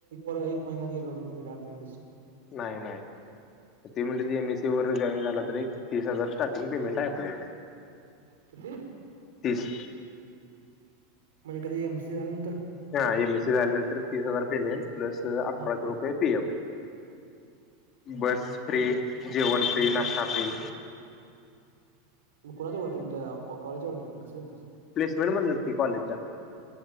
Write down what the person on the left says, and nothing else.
नाही नाही ते म्हटलेत एमएससी वर जॉईन झाला तरी तीस हजार स्टार्टिंग पेमेंट आहे आपल्या इथं
तीस.
हां एमएससी झाल्यानंतर तीस हजार पेमेंट प्लस अठराशे
रुपये पीएफ.
बस
फ्री, जेवण फ्री,
नाश्ता फ्री
प्लेसमेंट मधनच की कॉलेजच्या